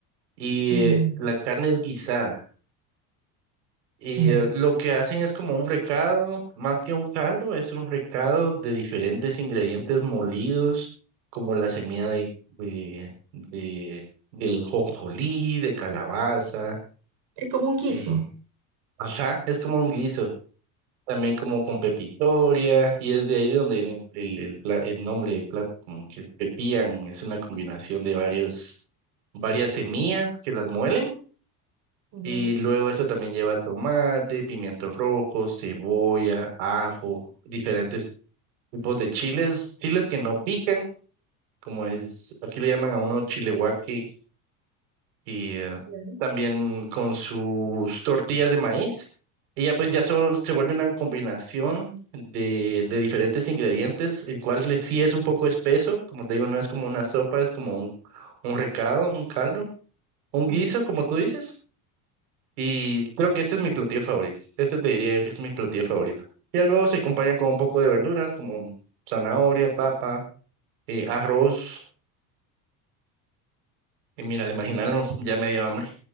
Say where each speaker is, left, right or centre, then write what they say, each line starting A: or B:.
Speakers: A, on the right (about 80°); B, on the right (about 60°).
A: Y
B: Mm,
A: eh, la carne es guisada. Y
B: Ya, ya.
A: eh, lo que hacen es como un recado, más que un caldo, es un recado de diferentes ingredientes molidos, como la semilla de, de, de- del jonjolí, de calabaza.
B: Es como un guiso.
A: eh, ajá, es como un guiso. también como con pepitoria, y es de ahí de donde viene el, el, pla- el nombre del plato, como que pepián, es una combinación de varios, varias semillas que las muelen,
B: Ya,
A: y luego esto también lleva tomate, pimientos rojos, cebolla, ajo, diferentes tipos de chiles, chiles que no pican, como es, aquí le llaman a uno chile guaque, y eh,
B: ya.
A: también con sus tortillas de maíz. Y ya pues ya solo se vuelve una combinación de, de diferentes ingredientes, el cual le- sí es un poco espeso, como te digo, no es como una sopa, es como un, un recado, un caldo, un guiso,
B: Ujú.
A: como tú dices. Y creo que este es mi platillo favorito. Este te diría yo que es mi platillo favorito. Ya luego se acompaña con un poco de verduras, como zanahoria, papa, eh, arroz. Y mira, de imaginarlo, ya me dio hambre.